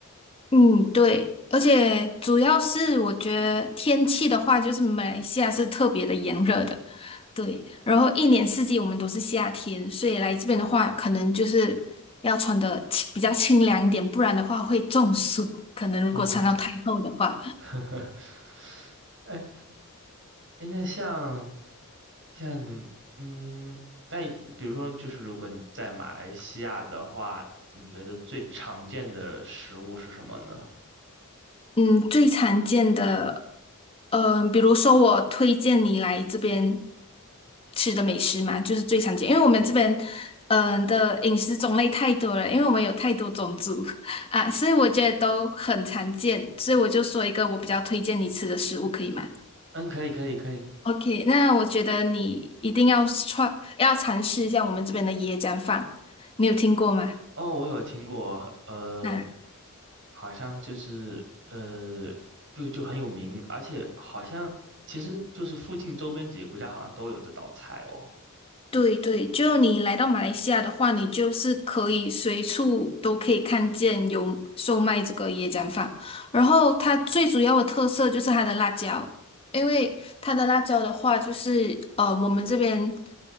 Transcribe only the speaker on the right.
哦，<laughs> 哎哎，那像。像嗯，那你比如说，就是如果你在马来西亚的话，你觉得最常见的食物是什么呢？
嗯，可以，可以，可以。
哦，我有听过，呃，
好像就是呃，就就很有名，而且好像其实就是附近周边几个国家好像都有这道菜哦。